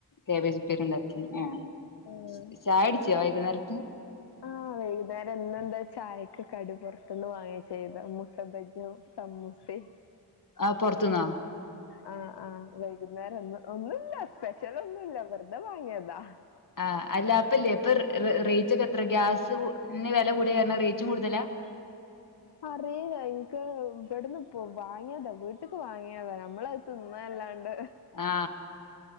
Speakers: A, on the left; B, on the left.
A: കേബേജ് ഉപ്പേരിയുണ്ടാക്കി എഹ്
B: ഉം
A: ചായകുടിച്ച വൈകുന്നേരത്തെ
B: ആഹ് വൈകുന്നേരം ന്ന് എന്താ ചായക്ക് കടി പുറത്തുന്ന് വാങ്ങിയ ചെയ്ത മുട്ട ബജി യു സമോസെ
A: ആഹ്‌ പൊറത്തുന്നോ
B: ആഹ്‌ ആഹ് വൈകുന്നേരം ഒന്നും ഒന്നുല്ല സ്പെഷ്യൽ ഒന്നുല്ല വെറുതെ വാങ്ങിയതാ
A: ആഹ് അല്ല അപ്പല്ലേ ഇപ്പൊ റേറ്റ് ഒക്കെ എത്ര ഗ്യാസ്ന് വില കൂടിയ കാരണം റേറ്റും കൂടുതലാ <inaudible>
B: അറിയില്ല എനിക്ക് ഇവിടുന്ന് വാങ്ങിയതാ വീട്ടേക്ക് വാങ്ങിയതാ നമ്മളെ തിന്നാല്ലാണ്ട്
A: ആ